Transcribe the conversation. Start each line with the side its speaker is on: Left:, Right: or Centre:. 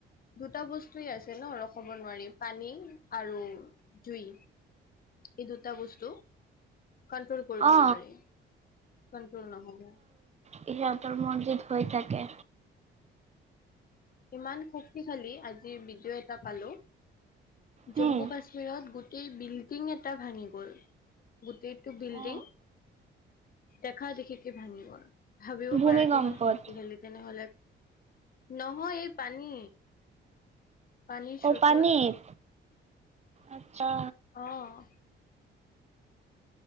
Left: দুটা বস্তুৱে আছে ন, ৰখব নোৱাৰি পানী আৰু জুই এই দুটা বস্তু কণ্ট্ৰল কৰিব
Right: অ
Left: নোৱাৰি! কন্ট্ৰল নহ'ব
Right: সিহঁতৰ মছজিদ হৈ থাকে
Left: ইমান শক্তিশালী আজিৰ বিডিঅ' এটা পালোঁ,
Right: হম
Left: জম্মু কাশ্মীৰ ৰত, গোটেই বিল্ডিং এটা ভাঙি গ'ল! গোটেইটো বিল্ডিং
Right: অ
Left: দেখা দেখিকে ভাঙি গ'ল ভাবিব
Right: ভূমিকম্পত
Left: পাৰা কিমান শক্তিশালী তেনেহ'লে, নহয় এই পানী পানীৰ স্ৰোতত
Right: অঁ' পানীত, আচ্ছা'।
Left: অঁ।